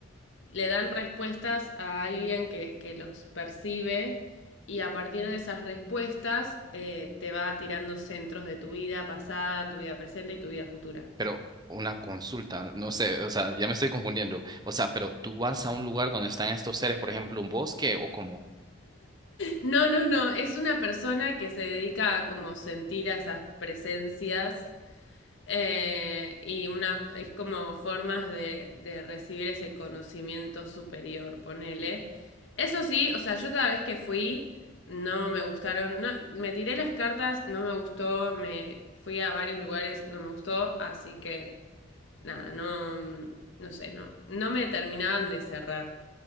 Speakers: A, on the left; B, on the right.
A: le dan respuestas a alguien que, que los percibe y a partir de esas respuestas eh, te va tirando centros de tu vida pasada, tu vida presente y tu vida futura.
B: Pero una consulta, no sé, o sea, ya me estoy confundiendo. O sea, pero tú vas a un lugar donde están estos seres, por ejemplo, un bosque o cómo.
A: No, no, no, es una persona que se dedica a como sentir a esas presencias Eh, y una, es como formas de, de recibir ese conocimiento superior, ponele. Eso sí, o sea, yo cada vez que fui, no me gustaron, no, me tiré las cartas, no me gustó, me fui a varios lugares, no me gustó, así que nada, no, no sé, no, no me terminaban de cerrar.